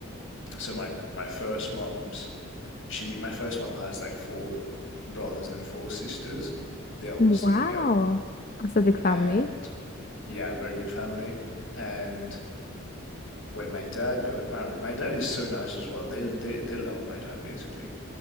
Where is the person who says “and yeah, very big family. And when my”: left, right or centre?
Left